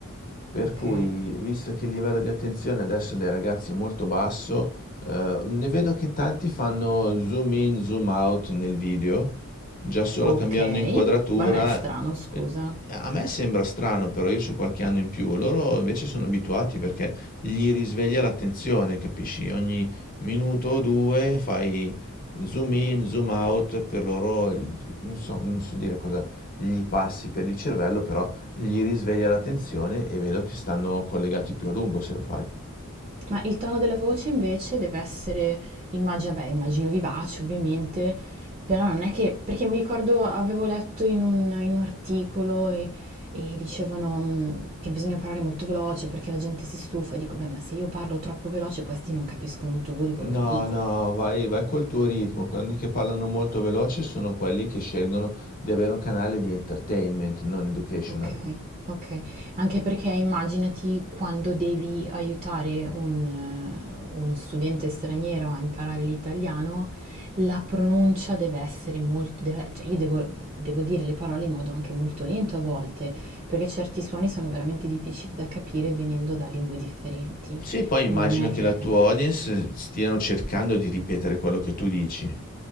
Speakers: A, on the left (about 40°); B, on the right (about 30°).
A: Per
B: Ok,
A: cui, visto che il livello di attenzione adesso dei ragazzi è molto basso, eh, ne vedo che tanti fanno zoom in, zoom out nel video, già solo
B: ok,
A: cambiando inquadratura.
B: ma non è strano, scusa.
A: Eh, A me sembra strano, però io ho qualche anno in più, loro invece sono abituati perché gli risveglia l'attenzione, capisci? Ogni minuto o due fai zoom in, zoom out, per loro, non so, non so dire cosa gli passi per il cervello, però gli risveglia l'attenzione e vedo che stanno collegati più a lungo se lo fai.
B: Ma il tono della voce invece deve essere, immagino, vabbè, immagino vivace ovviamente, però non è che, perché mi ricordo avevo letto in un, in un articolo e, e dicevano mm, che bisogna parlare molto veloce perché la gente si stufa e dico, beh, ma se io parlo troppo veloce questi non capiscono un tubo di quello che
A: No,
B: dico.
A: no, vai, vai col tuo ritmo. Quelli che parlano molto veloce sono quelli che scelgono di avere un canale di entertainment, non educational.
B: Ok, ok. Anche perché immaginati quando devi aiutare un, eh, uno studente straniero a imparare l'italiano, la pronuncia deve essere molto... deve- cioè io devo, devo dire le parole in modo anche molto lento a volte, perché certi suoni sono veramente difficili da capire venendo da lingue differenti.
A: Sì, poi immagino
B: Quindi non è
A: che
B: che
A: la
B: eh,
A: tua audience stiano cercando di ripetere quello che tu dici.